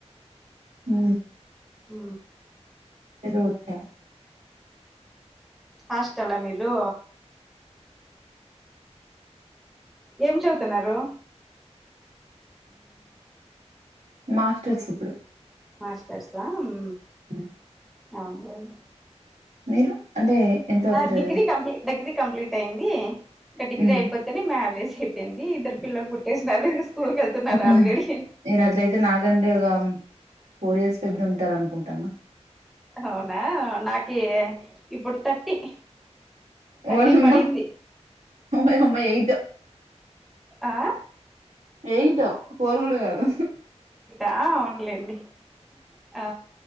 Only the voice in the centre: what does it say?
ఊ
హాస్టల్ ఆ మీరు? ఏం చదుతున్నారు?
మాస్టర్స్ ఆ ఉమ్
అవును లేండి
నాది
డిగ్రీ కంప్లీ డిగ్రీ కంప్లీట్ అయింది. ఇంకా డిగ్రీ
అయిపోతేనే మ్యారేజ్. అయిపోయింది ఇద్దరు పిల్లలు పుట్టేసినారు, ఇక స్కూల్ కి వెళ్తున్నారు
ఆల్రెడీ.
అవునా నాకి ఇప్పుడు థర్టీ.
థర్టీ
పడింది
ఆ
ఆ అవును లేండి ఆ